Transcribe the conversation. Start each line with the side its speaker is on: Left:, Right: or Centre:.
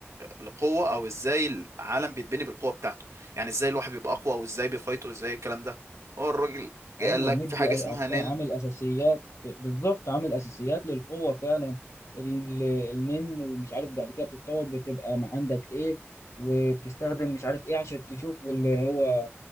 Right: لقوه او ازاي العالم بيتبني بالقوه بتاعته يعني ازاي الواحد بيبقى اقوى وازاي بيفايته وازاي الكلام ده هو الراجل قال
Left: ايوه
Right: لك
Left: مدي
Right: في حاجه
Left: أ-
Right: اسمها نن
Left: أ- عامل اساسيات بالظبط عامل اساسيات للقوه فعلا ال- النن ومش عارف بعد كده بتتطور بتبقى ما عندك ايه وبتستخدم مش عارف ايه عشان تشوف اللي هو